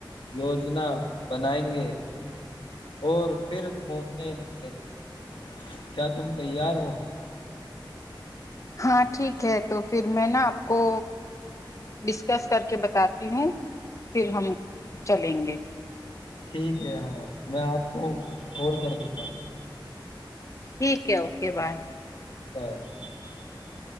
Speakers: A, on the left; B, on the left.
A: یوجنا بنائیں گے اور پھر گھومنے نکلیں گے کیا تم تیار ہو
B: ہاں ٹھیک ہے تو پھر میں نا آپ کو ڈسکس کر کے بتاتی ہوں پھر ہم چلیں گے
A: ٹھیک ہے ہاں میں آپ کو کال کر دوں گا
B: ٹھیک ہے اوکے بائے
A: بر <inaudible>